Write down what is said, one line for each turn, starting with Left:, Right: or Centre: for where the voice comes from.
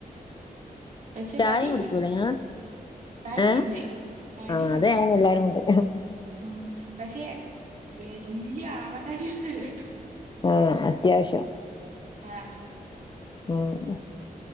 Right: പക്ഷെ
Left: ചായ
Right: തടിണ്ട്
Left: കുടിക്കൂല ഇങ്ങള്
Right: തടിണ്ട്
Left: ഏഹ്
Right: തടിണ്ട്
Left: ആഹ് അതെ എല്ലാരുണ്ട്
Right: ഉം പക്ഷെ വല്യ ആമ തടി ഒന്നും ഇല്ലട്ടോ
Left: ആഹ അത്യാവ്ശ്യം
Right: ആഹ
Left: ആഹ്